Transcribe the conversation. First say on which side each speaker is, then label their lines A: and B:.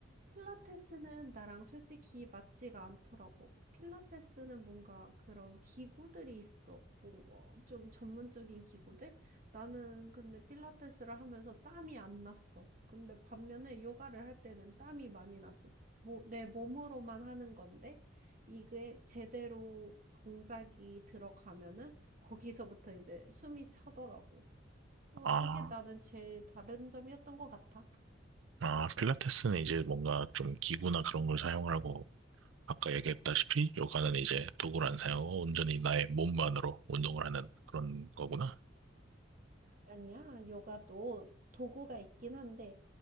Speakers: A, on the right; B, on the right.
A: 필라테스는 나랑 솔직히 맞지가 않더라고. 필라테스는 뭔가 그런 기구들이 있어. 뭔가 좀 전문적인 기구들? 나는 근데 필라테스를 하면서 땀이 안 났어. 근데 반면에 요가를 할 때는 땀이 많이 났어. 뭐, 내 몸으로만 하는 건데, 이게 제대로 동작이 들어가면은 거기서부터 이제 숨이 차더라고. 어,
B: 아,
A: 그게 나는 제일 다른 점이었던 것 같아.
B: 아, 필라테스는 이제 뭔가 좀 기구나 그런 걸 사용을 하고, 아까 얘기했다시피 요가는 이제 도구를 안 사용하고 온전히 나의 몸만으로 운동을 하는 그런 거구나.
A: 아니야. 요가도 도구가 있긴 한데